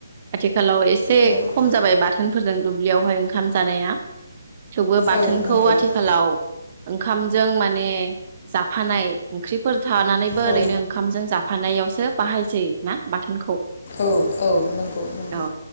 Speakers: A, on the right (about 35°); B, on the left (about 40°).
A: आथि थिखालाव एसे
B: औ नंगौ औ
A: खम जाबाय बाथोनफोरजों दुब बेयावहाय ओंखाम जानाया बाथोनखौ
B: औ नंगौ
A: आथिखालाव ओंखामजों माने जाफानाय ओंख्रिफोर थानानैबो
B: औ
A: ओरैनो ओंखामजों जाफानायावसो बाहायसै ना बाथोनखौ
B: औ औ नंगौ नंगौ।
A: औ